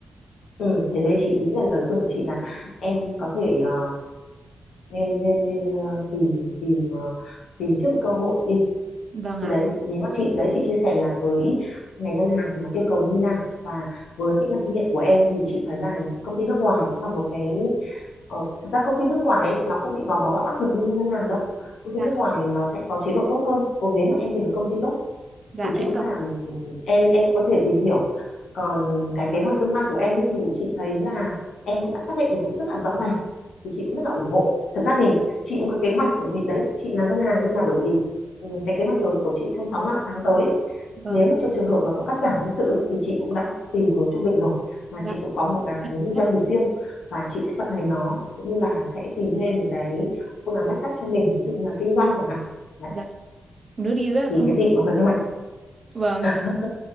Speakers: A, on the left; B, on the right.
A: ừ thế thế chị nghĩ là lời khuyên của chị là em có thể ờ, nên nên nên ờ, tìm tìm ờ, tìm trước một cơ hội đi
B: Vâng ạ.
A: thì đấy nếu mà chị đấy chị chia sẻ là với ngành ngân hàng thì nó yêu cầu như thế nào và với kỹ năng kinh nghiệm của em thì chị thấy là công ty nước ngoài cũng là một cái ờ, thật ra công ty nước ngoài ấy, nó không bị gò bó áp lực như ngân hàng đâu công ty
B: Dạ
A: nước ngoài nó sẽ có chế độ tốt hơn ừ, nếu mà em tìm được công ty tốt
B: dạ
A: thì chị
B: em
A: nghĩ
B: cảm
A: là ừ, em em cũng có thể tìm hiểu còn cái kế hoạch tương lai của em ấy thì chị thấy là em cũng đã xác định được cũng rất là rõ ràng thì chị cũng rất là ủng hộ thật ra thì chị cũng có kế hoạch bởi vì đấy chị làm ngân hàng nhưng mà bởi vì ừ, cái kế hoạch của, của chị trong 6 tháng tới
B: vâng
A: nếu mà trong trường hợp mà có cắt giảm nhân sự ấy, thì chị cũng đã tìm hướng cho mình rồi và
B: dạ.
A: chị cũng có một cái
B: Rất
A: doanh
B: là-
A: nghiệp riêng và chị sẽ vận hành nó cũng như là sẽ tìm thêm một cái phương án backup cho mình ví dụ như là kinh doanh chẳng hạn đấy,
B: Dạ, nước đi rất là
A: thì
B: thông
A: cái
B: minh.
A: gì cũng có kế hoạch
B: Vâng.
A: <laughs>